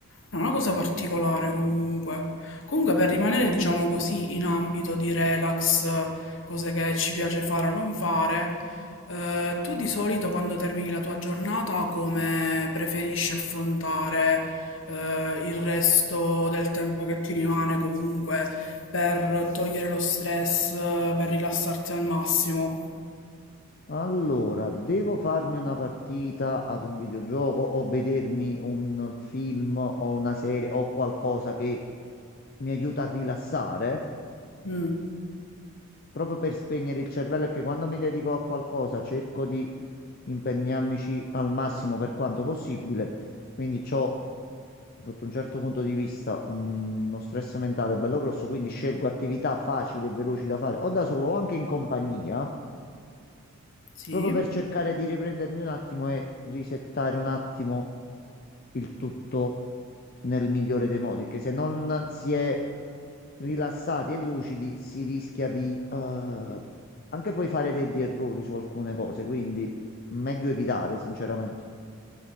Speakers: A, on the left; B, on the left.
A: No, una cosa particolare comunque. Comunque per rimanere, diciamo così, in ambito di relax, eh, cose che ci piace fare o non fare, eh, tu di solito quando termini la tua giornata come preferisci affrontare, eh, il resto del tempo che ti rimane comunque per togliere lo stress, eh, per rilassarti al massimo?
B: Allora, devo farmi una partita ad un videogioco o vedermi un film o una serie o qualcosa che mi aiuta a rilassare,
A: Mm,
B: proprio per spegnere il cervello, che quando mi dedico a qualcosa cerco di impegnarmici al massimo per quanto possibile, quindi ho sotto un certo punto di vista un- uno stress mentale bello grosso, quindi scelgo attività facili e veloci da fare o da solo o anche in compagnia.
A: sì.
B: proprio per cercare di riprendermi un attimo e risettare un attimo il tutto nel migliore dei modi, che se non si è rilassati e lucidi si rischia di eh, anche poi fare degli errori su alcune cose, quindi meglio evitare, sinceramente.